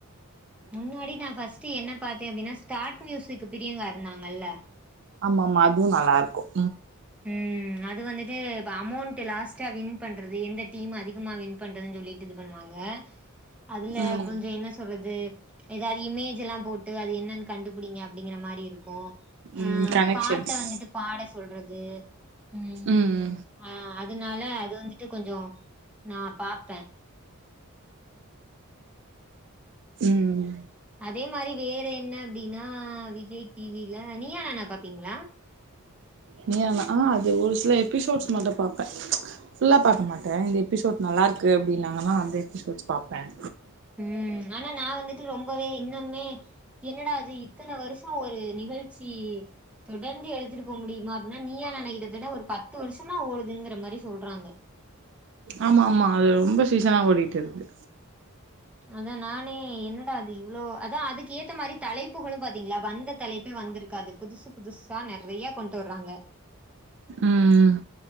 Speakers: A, in the centre; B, on the right.
A: முன்னாடி நா ஃபஸ்ட் என்ன பாத்தே அப்டின்னா ஸ்டார்ட் மியூசிக் பிரியங்கா இருந்தாங்கல்ல
B: ஆமா ஆமா அதுவும் நல்லாருக்கும்
A: ம் அது வந்துட்டு அமௌண்ட் லாஸ்ட்டா வின் பண்றது எந்த டீம் அதிகமா வின் பண்றதுன்னு சொல்லிட்டு இது பண்ணுவாங்க அதுல
B: ம்
A: கொஞ்ச என்ன சொல்றது அது ஏதாவது இமேஜ் எல்லாம் போட்டு அது என்னன்னு கண்டுபுடிங்க அப்படிங்குற மாரி இருக்கும் அ
B: ம் கனெக்ஷன்ஸ்
A: பாட்ட வந்துட்டு பாட சொல்றது <unintelligible> உம்
B: ம்
A: ஆ அதனால அது வந்து ட்டு கொஞ்சோ நான் பாப்பேன்
B: ம்
A: அதே மாரி வேற என்ன அப்டின்னா விஜய் டிவில நீய நானா பாப்பீங்ளா
B: நீயாநா ஆ அது ஒரு சில எபிசோட்ஸ் மட்டும் பாப்பேன் ஃபுல்லா பார்க்க மாட்டேன் இந்த எபிசோட் நல்லா இருக்கு அப்படின்னாங்கன்னா அந்த எபிசோட்ஸ் பாப்பேன்
A: ம் ஆனா நா வந்துட்டு ரொம்பவே இன்னுமே என்னடா அது இத்தன வருஷம் ஒரு நிகழ் ச்சி தொடர்ந்து எடுத்துட்டு போக முடியுமா அப்டின்னா நீயாநானா ஆனா கிட்டத்தட ஒரு பத்து வருஷம் என்னா ஓடுதுங்கிற மாரி சொல்றாங்க
B: ஆமா ஆமா அது ரொம்ப சீசனா ஓடிட்டுருக்கு
A: அதனா னே என்னடா அது இவ்ளோ அதா அதுக்கு ஏத்த மாரி தலைப்புகளு பாத்தீங்களா வந்த தலைப்பே வந்துருக்காது புதுசு புதுசா நெறையா கொண்டுட்டு வர்றாங்க
B: ம்